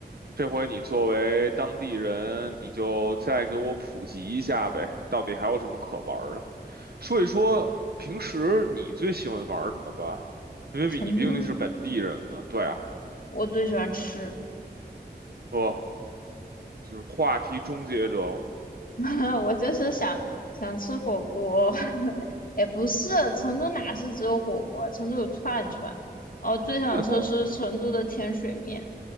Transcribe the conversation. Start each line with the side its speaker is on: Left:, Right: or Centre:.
Right: 这回你作为当地人，你就再给我普及一下呗，到底还有什么可玩儿的？说一说平时你最喜欢玩儿什么吧，因为比你毕竟是本地人嘛。
Left: 成都吗
Right: 对啊，
Left: 我最喜欢吃，
Right: 不，就是话题终结者。
Left: <laughs> 我就是想想吃火锅。<laughs> 也不是，成都哪是只有火锅？成都有串串。哦，最想吃是成都的甜水面，
Right: 那够。